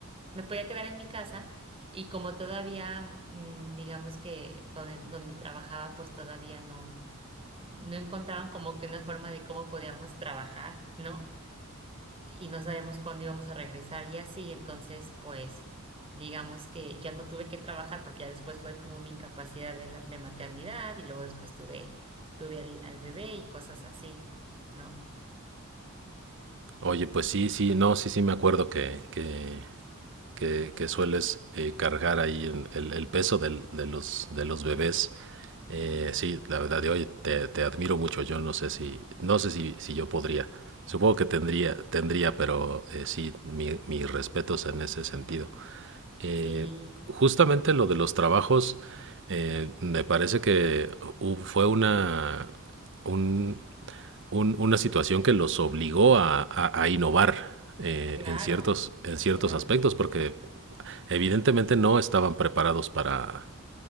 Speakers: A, on the right; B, on the right.
A: me podía quedar en mi casa y como todavía, mm, digamos que donde, donde trabajaba, pues todavía no, no encontraban como que una forma de cómo podíamos trabajar, ¿no? Y no sabemos cuándo íbamos a regresar y así, entonces pues digamos que ya no tuve que trabajar porque ya después fue como mi incapacidad de, la- de maternidad y luego después tuve, tuve al, al bebé y cosas así, ¿no?
B: Oye, pues sí, sí, no, sí, sí me acuerdo que, que, que, que sueles eh, cargar ahí en el, el peso del- de los, de los bebés. Eh,
A: Sí,
B: sí, la verdad, de oye, te, te admiro mucho. Yo no sé si, no sé si, si yo podría. Supongo que tendría, tendría, pero eh, sí, mi, mis respetos en ese sentido. Eh,
A: sí,
B: justamente
A: ¿no?
B: lo de los trabajos, eh, me parece que hu- fue una, un- un- una situación que los obligó a, a- a innovar eh,
A: Claro,
B: en ciertos, en ciertos
A: claro,
B: aspectos, porque evidentemente no estaban preparados para,